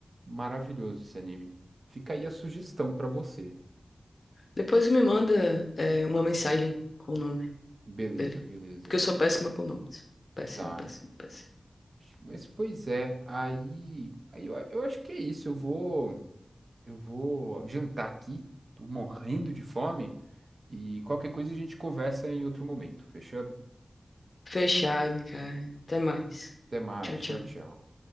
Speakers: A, on the right; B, on the left.
A: maravilhoso esse anime. Fica aí a sugestão pra você.
B: Depois me manda é, uma mensagem com o nome
A: Beleza,
B: dele.
A: beleza.
B: Porque eu sou péssima com nomes. Péssima,
A: Tá.
B: péssima, péssima.
A: Mas pois é, aí, aí eu, eu acho que é isso. Eu vou, eu vou jantar aqui. Tô morrendo de fome e qualquer coisa a gente conversa em outro momento. Fechado?
B: Fechado, cara. Até mais.
A: Até mais.
B: Tchau, tchau.
A: Tchau, tchau.